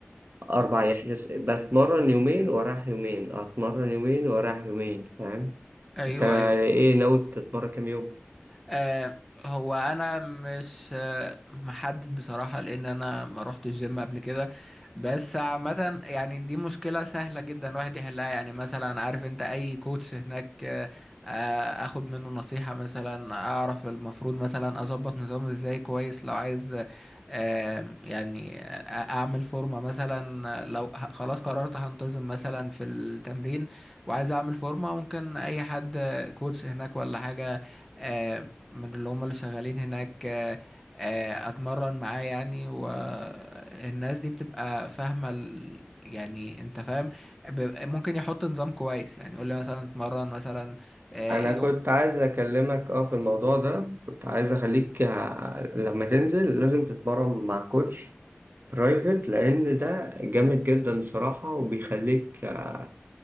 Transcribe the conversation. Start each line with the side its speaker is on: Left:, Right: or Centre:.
Right: أربع أيام مش- بتمرن يومين وراح يومين آه، أتمرن يومين وراح يومين فاهم
Centre: ايوه
Right: أنت إيه
Centre: ايوه
Right: ناوي تتمرن كام يوم؟
Centre: آه، هو انا مش آه، محدد بصراحة لان انا ما روحتش الجيم قبل كده بس عامة يعني دي مشكلة سهلة جدا الواحد يحلها يعني مثلا عارف انت اي كوتش هناك آه، آه، اخد منه نصيحة مثلا اعرف المفروض مثلا اظبط نظامي ازاي كويس لو عايز آه، يعني آه، اعمل فورمة مثلا آه، لو ه- خلاص قررت هنتظم مثلا في التمرين وعايز اعمل فورمة ممكن اي حد آه، كوتش هناك ولا حاجة آه، من اللي هم اللي شغالين هناك آه، آه، اتمرن معاه يعني والناس دي بتبقى فاهمة ال... يعني انت فاهم ب- ممكن يحط نظام كويس يعني يقول لي مثلا اتمرن مثلا آه،
Right: أنا
Centre: يو
Right: كنت عايز أكلمك أه في الموضوع ده كنت عايز أخليك آه، لما تنزل لازم تتمرن مع كوتش برايفت لان ده جامد جدا الصراحه وبيخليك آه،